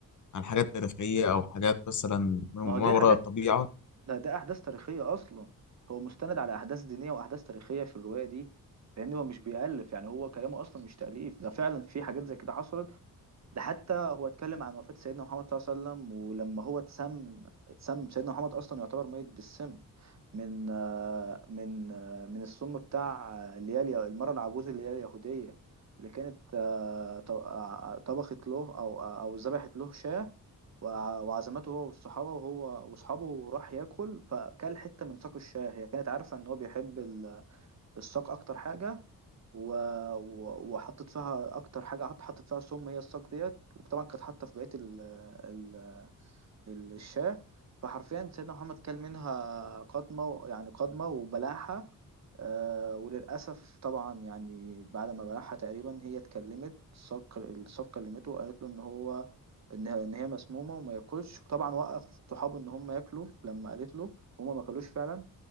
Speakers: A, on the left (about 55°); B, on the right (about 50°).
A: عن حاجات تاريخية أو حاجات مثلا من-
B: ما هو
A: ما
B: دي
A: وراء
B: حاجات
A: الطبيعة
B: لا ده احداث تاريخيه اصلا هو مستند على احداث دينيه واحداث تاريخيه في الروايه دي فاهمني هو مش بيألف يعني هو كلامه اصلا مش تأليف ده فعلا في حاجات زي كده حصلت ده حتى هو اتكلم عن وفاة سيدنا محمد صلى الله عليه وسلم ولما هو اتسم اتسم سيدنا محمد أصلا يعتبر ميت بالسم من آه، من آه، من السم بتاع آه، اللي هي اليا- المرأة العجوز اللي هي اليهودية اللي كانت آه، ط- آه، طبخت له أو أو ذبحت له شاة وع- وعزمته هو والصحابة وهو وأصحابه وراح ياكل فكل حتة من ساق الشاه هي كانت عارفة إن هو بيحب ال- الساق أكتر حاجة و... و... وحطيت فيها اكتر حاجه حط- حطيت فيها سم هي الصاج ديت وطبعا كانت حاطه في بقيه ال... ال... ال- الشاه فحرفيا سيدنا محمد كل منها قضمه و- يعني قضمه وبلعها آه وللاسف طبعا يعني بعد ما بلعها تقريبا هي اتكلمت الصاج الصاج كلمته وقالت له ان هو ان ان هي مسمومه وما ياكلش وطبعا وقف صحابه ان هم ياكلوا لما قالت له هما ما كلوش فعلا